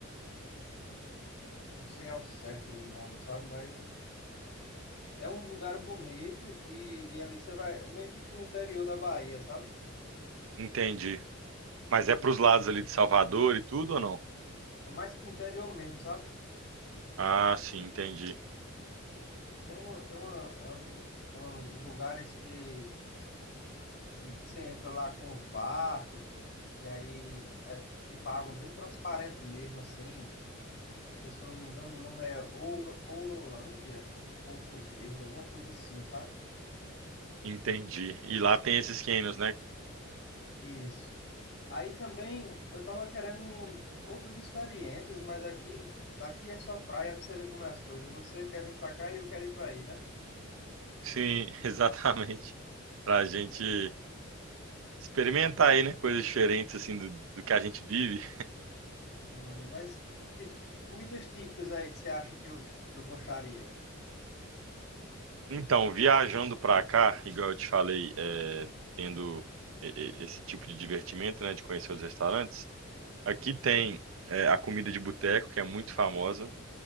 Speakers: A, on the left; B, on the right.
A: não sei ao certo o nome, sabe? Mas é um lugar bonito e, e ali você vai meio que pro interior da Bahia, sabe?
B: Entendi. Mas é pros lados ali de Salvador e tudo ou não?
A: É mais pro interior mesmo, sabe?
B: Ah, sim, entendi.
A: Tem, uma, tem uma, uns, uns lugares que, que você entra lá com os barcos e aí é tipo água bem transparente mesmo, assim. Se, eu não me engano, o nome é Ouro, Ourolândia, Poço Verde, alguma coisa assim, sabe?
B: Entendi. E lá tem esses canyons, né?
A: Isso. Aí também eu tava querendo um- outras experiências, mas aqui, aqui é só praia pra você ver como é as coisas. Você quer vir pra cá e eu quero ir pra aí, né?
B: Sim, <laughs> exatamente. Pra gente experimentar aí, né? Coisas diferentes, assim, do, do que a gente vive.
A: Hum, mas tipo, comidas típicas aí que você acha que eu, que eu gostaria.
B: Então, viajando para cá, igual eu te falei, é, tendo e- e- esse tipo de divertimento, né, de conhecer os restaurantes, aqui tem é, a comida de boteco, que é muito famosa,